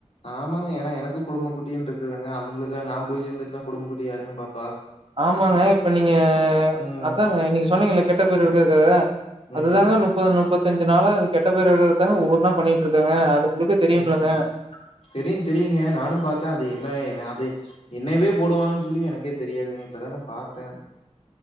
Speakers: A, on the left; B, on the right.
A: ஆமாங்க ஏனா எனக்கு குடும்ப குட்டினு இருக்குதுங்க அவங்ளுக் கு நா போய்சேர்ந்துட்னா குடும்பகுட்டிய யாருங்க பா
B: ஆமாங்க இப்ப நீங்க
A: ம்.
B: அதாங்க நீங்க சொன்னீங்கல கெட்ட பேர் எருக்குறதுக்காக அதுதாங்க
A: ம்.
B: நுப்பது நுப்பது லு அஞ்சுனாலா அது கெட்ட பேரு எடுக்கறத்தாங்க ஒவ்வொன்னா பண்ணிட்டு இருக்காங்க அது உங்களுக்கு தெரியும்லங்க
A: ம் தெரியும் தெரியுங்க நானும் பாத்தேன் அது என்னன அது என்னவே போடுவாங்கன்னு சொல்லி எனக்கே தெரியாதுங்க இப்பதாங்க பாத்தே